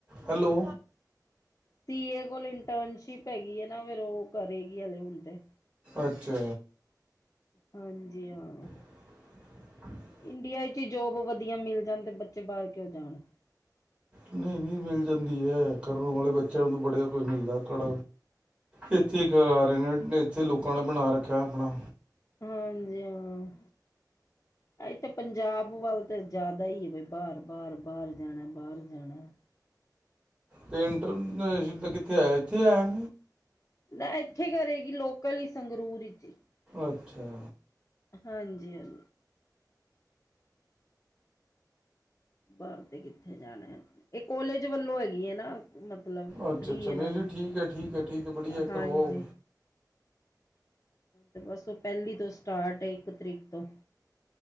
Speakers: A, on the right; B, on the left.
A: ਹੈਲੋ।
B: ਤੀਏ ਕੋਲ ਇੰਟਰਨਸ਼ਿਪ ਹੈਗੀ ਐ ਨਾ ਫੇਰ ਓ ਕਰੇਗੀ ਹਲੇ ਹੁਣ ਤੇ।
A: ਅੱਛਾ।
B: ਹਾਂਜੀ। ਹਾਂ
A: <unintelligible> <unintelligible>
B: ਇੰਡੀਆ ਵਿੱਚ ਈ ਜੋਬ ਵਧੀਆ ਮਿਲ ਜਾਣ ਤੇ ਬੱਚੇ ਬਾਰ ਕਿਉ ਜਾਣ।
A: ਨਈ-ਨਈ ਮਿਲ ਜਾਂਦੀ ਏ ਕਰਨ ਵਾਲੇ ਬੱਚਿਆਂ ਨੂੰ ਤਾਂ ਬੜਿਆ ਕੁੱਛ ਮਿਲਦਾ ਕੜ ਏਥੇ ਕਰਾ ਰੇ ਨੇ ਏਥੇ ਲੋਕਾਂ ਨੇ ਬਣਾ ਰੱਖਿਆ ਆਪਣਾ।
B: ਹਾਂਜੀ ਹਾਂ। ਇਥੇ ਤੇ ਪੰਜਾਬ ਵੱਲ ਤੇ ਜਾਦਾ ਈ ਏ ਬਈ ਬਾਰ-ਬਾਰ-ਬਾਰ ਜਾਣਾ ਬਾਰ ਜਾਣਾ।
A: ਤੇ ਇੰਟਰਨਸ਼ਿਪ ਦਾ ਕਿੱਥੇ ਆਇਆ ਇੱਥੇ ਆਇਆ?
B: ਨਾ ਏਥੇ ਈ ਕਰੇਗੀ ਲੋਕਲ ਈ ਸੰਗਰੂਰ ਵਿੱਚ ਈ।
A: ਅੱਛਾ।
B: ਹਾਂਜੀ-ਹਾਂਜੀ ਬਾਰ ਤੇ ਕਿੱਥੇ ਜਾਨਾ ਐ ਏ ਕੋਲੇਜ ਵੱਲੋਂ ਹੈਗੀ ਐ ਨਾ। ਮਤਲਬ
A: ਅੱਛਾ
B: ਫਰੀ
A: ਅੱਛਾ
B: ਇਹਨਾਂ
A: ਨਹੀਂ ਨਹੀਂ
B: ਨੂੰ
A: ਠੀਕ ਹੈ ਠੀਕ ਹੈ ਠੀਕ ਹੈ ਬੜੀਆ
B: ਹਾਂਜੀ।
A: ਕਰਵਾਓ
B: ਤੇ ਬਸ ਉਹ ਪਹਿਲੀ ਤੋਂ ਸਟਾਰਟ ਏ ਇੱਕ ਤਰੀਕ ਤੋਂ।